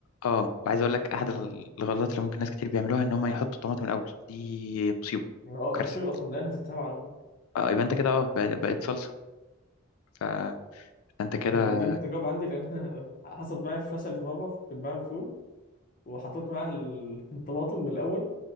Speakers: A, on the left; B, on the left.
A: اه وعايز اقول لك احد
B: ال-
A: الغلطات اللي ممكن ناس كتير بيعملوها ان هم يحطوا الطماطم الاول دي مصيبه
B: اه
A: كارثه
B: مصيبة أصلا لأنها تتهاب على طول
A: اه يبقى انت كده اه بقت بقت صلصه ف- فانت كده
B: أنا دي من التجارب عندي لأن أنا حصلت معايا فشل في مرة كنت بعمل فول وحطيت معاها ال- <laughs> الطماطم من الأول